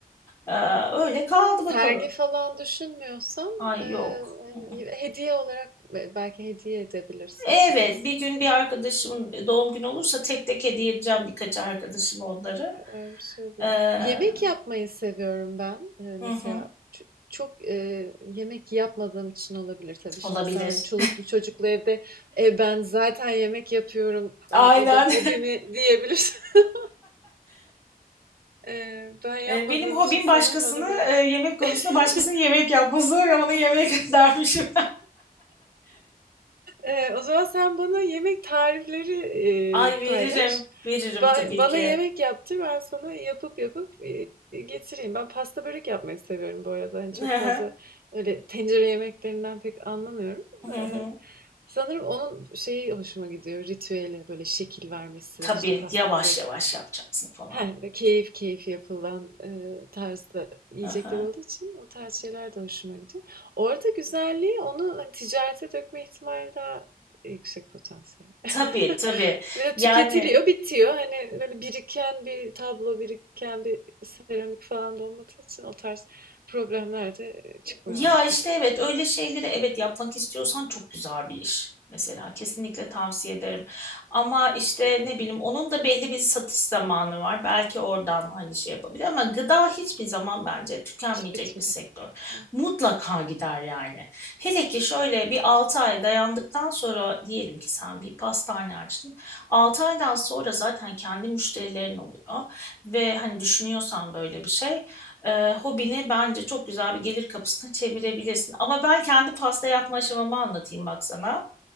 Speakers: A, on the left (about 15°); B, on the right (about 75°).
A: Ee, öyle kaldı
B: Sergi
A: bakalım.
B: falan düşünmüyorsam,
A: Ay
B: eee,
A: yok.
B: hani,
A: Hı.
B: hediye olarak be belki hediye edebilirsin
A: Evet,
B: bir kısmını.
A: bir gün bir arkadaşımın e, doğum günü olursa tek tek hediye edeceğim birkaç arkadaşıma onları.
B: Öyle bir şey oluyor.
A: Ee,
B: Yemek yapmayı seviyorum ben. Ee, mesela
A: hı hı,
B: ç- çok e, yemek yapmadığım için olabilir tabii.
A: olabilir.
B: Şimdi sen çoluklu çocuklu evde "E, ben zaten yemek yapıyorum.
A: <laughs> Aynen.
B: e, o da hobimi diyebilirsin. <laughs> Ee, ben yapmadığım
A: Ee, Benim hobim
B: için sanırım
A: başkasını
B: bana biraz
A: e, yemek konusunda
B: <laughs>
A: başkasının yemek yapması ve ona yemek <laughs> dermişim.
B: Eee, o zaman sen bana yemek tarifleri, eee,
A: Ay veririm.
B: paylaş.
A: Veririm
B: Ba
A: tabii
B: bana
A: ki.
B: yemek yaptır, ben sana yapıp yapıp, eee, getireyim. Ben pasta börek yapmayı seviyorum bu arada. Hani çok
A: Hı
B: fazla
A: hı,
B: öyle tencere yemeklerinden pek anlamıyorum.
A: hı
B: Eee,
A: hı.
B: sanırım onun şeyi hoşuma gidiyor, ritüeli, böyle şekil vermesi,
A: Tabii
B: işte pasta
A: yavaş
B: böreği
A: yavaş yapacaksın falan.
B: He, keyif keyif yapılan e, tarzda yiyecekler
A: Hı hı.
B: olduğu için o tarz şeyler de hoşuma gidiyor. Orada güzelliği onu hani ticarete dökme ihtimali daha yüksek potansiyel.
A: Tabii tabii.
B: <laughs> Ve de
A: Yani
B: tüketiliyor, bitiyor. Hani böyle biriken bir tablo, biriken bir seramik falan da olmadığı için o tarz problemler de e, çıkmıyor
A: Ya
B: ortaya.
A: işte evet öyle şeyleri evet yapmak istiyorsan çok güzel bir iş. Mesela kesinlikle tavsiye ederim. Ama işte ne bileyim onun da belli bir satış zamanı var. Belki oradan hani şey yapabilir ama gıda hiçbir zaman bence tükenmeyecek
B: Hiç bitmiyor.
A: bir sektör.
B: Evet.
A: Mutlaka gider yani. Hele ki şöyle bir 6 ay dayandıktan sonra diyelim ki sen bir pastane açtın. 6 aydan sonra zaten kendi müşterilerin oluyor ve hani düşünüyorsan böyle bir şey e, hobini bence çok güzel bir gelir kapısına çevirebilirsin. Ama ben kendi pasta yapma aşamamı anlatayım bak sana.